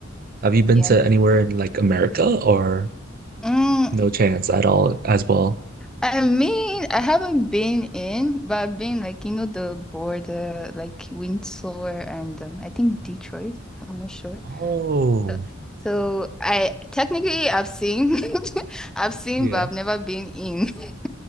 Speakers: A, on the right; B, in the centre.
A: have you been
B: Yeah.
A: to anywhere in like America or
B: Mm,
A: no chance at all as well
B: I mean, I haven't been in, but I've been like, you know, the border, like Windsor and um, I think Detroit. I'm not sure.
A: oh
B: So, so I technically I've seen, <laughs> I've seen,
A: yeah
B: but I've never been in. <laughs>